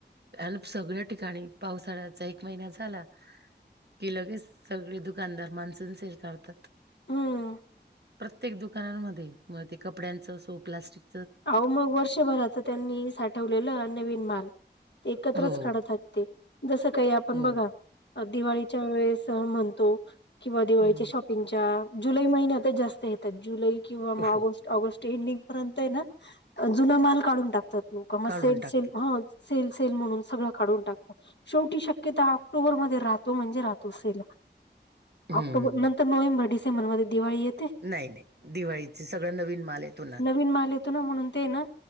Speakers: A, on the right; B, on the left.
A: अनु सगळ्या ठिकाणी पावसाळ्याचा एक महिना झाला. के लगेच सगळे दुकानदार माणसं सेल काढतात.
B: ह
A: प्रत्येक दुकानांमध्ये म ते कपड्यांचं अससो प्लास्टिक
B: अहो मग वर्षभरात अस त्यांनी साठवलेलं नवीन माल ते एकत्रच
A: हो
B: काढत हात ते जसं काही आपण
A: हो
B: बघा दिवाळीच्या वेळेस म्हणतो किंवा दिवाळीच्या
A: हम्म
B: शॉपिंगच्या जुलै महिन्यातच जास्त येतात जुलै किंवा मग ऑगस्ट
A: हो
B: ऑगस्ट रेंडिंग पर्यंत आहे ना जुना माल काढून टाकतात लोक म
A: काढून
B: सेल
A: टाकते
B: सेल सेल सेल म्हणून सगळं काढून टाकतात. शेवटी शक्यता ऑक्टोबर मध्ये राहतो म्हणजे राहतो सेल.
A: हम्म
B: ऑक्टोबर नंतर नोव्हेबर, डिसेंबरमध्ये दिळी येत
A: नाही नाही दिवाळीच सगळं नवीन माल येतो ना?
B: नवीन माल येतो म्हणून ते ना